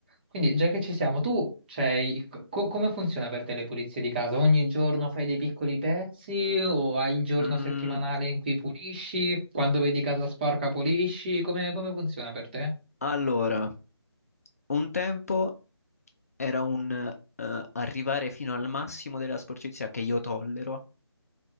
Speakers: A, on the right; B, on the left.
A: Quindi, già che ci siamo, tu c'hai... co- come funziona per te le pulizie di casa? Ogni giorno fai dei piccoli pezzi o hai il giorno
B: mm,
A: settimanale in cui pulisci? Quando vedi casa sporca pulisci? Come, come funziona per te?
B: allora, un tempo era un eh, arrivare fino al massimo della sporcizia che io tollero